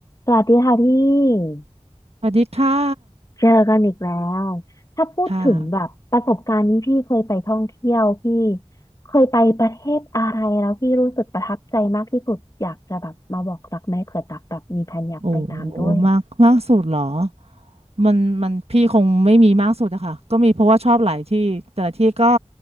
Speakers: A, on the left; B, on the right.
A: สวัสดีค่ะพี่
B: สวัสดีค่ะ
A: เจอกันอีกแล้วถ้าพูดถึงแบบประสบการณ์นี้พี่เคยไปท่องเที่ยวพี่
B: ค่ะ
A: เคยไปประเทศอะไรแล้วพี่รู้สึกประทับใจมากที่สุดอยากจะแบบมาบอกรักไหมเผื่อตักแบบมีแผนอยากไปตามด้วย
B: โอ้มากมากสุดเหรอมันมันพี่คงไม่มีมากสุดอะค่ะก็มีเพราะว่าชอบหลายที่แต่ละที่ก็